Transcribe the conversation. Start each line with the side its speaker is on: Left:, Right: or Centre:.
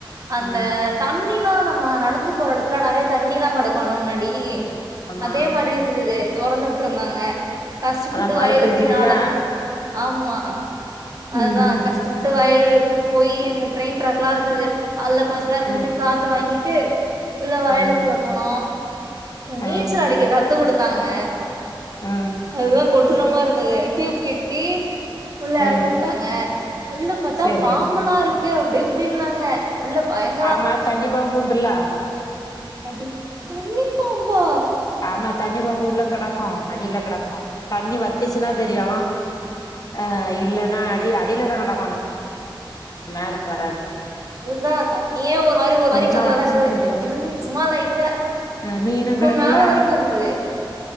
Right: அந்த
Left: ஆ
Right: தண்ணிலா நம்ம நடந்து போற எடத்துல நெறய தண்ணிலா கெடக்குல்ல முன்னாடி
Left: ஆமா
Right: அதே மாரி இர்ந்தது தொறந்து வுட்ருந்தாங்க கஷ்டபட்டு
Left: அதா மழ
Right: வயலுக்கு
Left: பெஞ்சுதுல்ல
Right: நடந்து ஆமா அதுதா
Left: ம் ம்
Right: கஷ் ஷ்டபட்டு வயலுக்கு போயி அங்க ட்ரெயின் ட்ராக்லா இருந்தது அதுல கொஞ் சொ நேர நின்னு
Left: ஆ
Right: காத்து வாங்கிட்டு உள்ள வயலுக்குள்ள
Left: ஆ
Right: போனோ ந்த
Left: ஆ
Right: நீச்சலடிக்க கத்து குடுத்தாங்க
Left: அ
Right: அதுதா கொடூரமா இருந்தது டியூப் கெட்டி உள்ள
Left: ஆ
Right: எறக்கிவுட்டாங்க உள்ள பாத்தா
Left: சரி
Right: பாம்பல்லா இருக்கு அப்டி இப்டின்னாங்க உள்ள பயங்
Left: ஆமா தண்ணி பாம்பு உண்டுல்ல
Right: அடி தண்ணிப்பாம்பா
Left: ஆமா தண்ணி பாம்பு உள்ள கெடக்கு அடில கெடக்கு தண்ணி வத்துசினா தெரியு அ இல்லனா அடி அடிலதா கெடக்கணு மேல வராது
Right: ஊதா தண்ணியே ஒரு மாரி ஒரு
Left: கொஞ்சமா
Right: மாரி கர்லரா
Left: அடிச்சுன்னு
Right: இருந்தது
Left: தெரியு
Right: இருந் சும்மா லைட்டா
Left: ஆ மீனு
Right: க்கும்
Left: கெடக்குல்ல
Right: மேல வரைக்குஇருந்துது